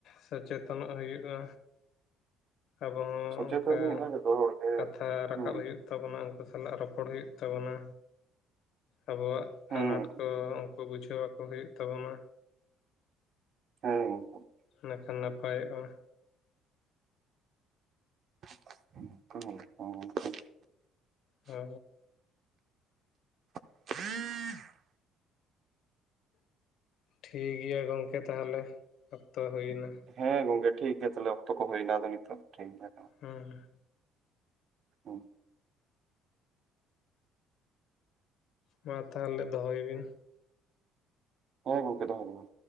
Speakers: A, on the left; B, on the right.
A: ᱥᱚᱪᱮᱛᱚᱱᱚᱜ ᱦᱩᱭᱩᱜᱼᱟ᱾ ᱟᱵᱚ ᱦᱚᱸ
B: ᱥᱚᱪᱮᱛᱚᱱ
A: ᱚᱱᱠᱟ
B: ᱧᱚᱜ ᱡᱚᱛᱚ ᱦᱚᱲ ᱜᱮ
A: ᱠᱟᱛᱷᱟ ᱨᱟᱠᱟᱵ
B: ᱦᱩᱸ
A: ᱦᱩᱭᱩᱜ ᱛᱟᱵᱚᱱᱟ ᱩᱱᱠᱩ ᱥᱟᱞᱟᱜ ᱨᱚᱯᱚᱲ ᱦᱩᱭᱩᱜ ᱛᱟᱵᱚᱱᱟ, ᱟᱵᱚᱣᱟᱜ
B: ᱦᱩᱸ
A: ᱟᱱᱟᱴ ᱠᱚ ᱠᱚ ᱵᱩᱡᱷᱟᱹᱣᱟᱠᱚ ᱦᱩᱭᱩᱜ ᱛᱟᱵᱚᱱᱟ᱾
B: ᱦᱮᱸ ᱜᱚᱝᱠᱮ᱾
A: ᱤᱱᱟᱹᱠᱷᱟᱱ ᱱᱟᱯᱟᱭᱚᱜᱼᱟ᱾
B: <inaudible>
A: ᱦᱟᱻ᱾
B: <inaudible>
A: ᱴᱷᱤᱠ ᱜᱮᱭᱟ ᱜᱚᱝᱠᱮ ᱛᱟᱦᱞᱮ ᱚᱠᱛᱚ ᱦᱩᱭᱮᱱᱟ᱾
B: ᱦᱮᱸ ᱜᱚᱝᱠᱮ ᱴᱷᱤᱠ ᱜᱮᱭᱟ ᱛᱟᱦᱞᱮ ᱚᱠᱛᱚ ᱠᱚ ᱦᱩᱭᱱᱟ ᱟᱫᱚ ᱱᱤᱛᱚᱜ ᱴᱷᱤᱠ ᱜᱮᱭᱟ ᱠᱟᱱᱟ᱾
A: ᱦᱩᱸ᱾
B: ᱦᱩᱸ᱾
A: ᱢᱟ ᱛᱟᱦᱞᱮ ᱫᱚᱦᱚᱭ ᱵᱤᱱ᱾
B: ᱦᱮᱸ ᱜᱚᱝᱠᱮ ᱫᱚᱦᱚᱭ ᱫᱟᱞᱤᱧ᱾